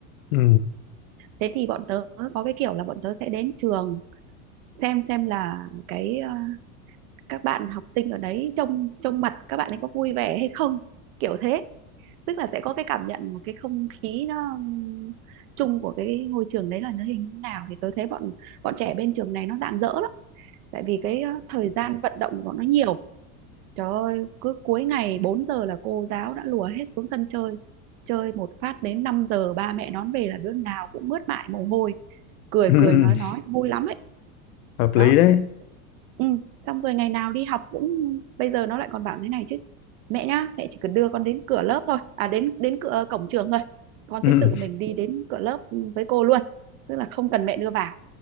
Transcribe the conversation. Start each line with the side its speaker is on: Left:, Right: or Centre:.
Left: ừ.
Right: thế thì bọn tớ có cái kiểu là bọn tớ sẽ đến trường xem xem là cái à, các bạn học sinh ở đấy trông trông mặt các bạn ấy có vui vẻ hay không kiểu thế tức là sẽ có cái cảm nhận một cái không khí nó ừm, chung của cái ngôi trường đấy là nó hình như nào thì tôi thấy bọn bọn trẻ bên trường này nó rạng rỡ lắm tại vì cái ờ, thời gian vận động của bọn nó nhiều trời ơi cứ cuối ngày 4 giờ là cô giáo đã lùa hết xuống sân chơi chơi một phát đến 5 giờ ba mẹ đón về là đứa nào cũng mướt mải mồ hôi cười
Left: <laughs>
Right: cười nói nói vui lắm ấy
Left: hợp lý
Right: đó
Left: đấy
Right: ừ xong rồi ngày nào đi học cũng bây giờ nó lại còn bảo thế này chứ mẹ nhá mẹ chỉ cần đưa con đến cửa lớp thôi à đến đến cửa ờ, cổng trường thôi con
Left: <laughs>
Right: sẽ
Left: ừ.
Right: tự mình đi đến cửa lớp với cô luôn tức là không cần mẹ đưa vào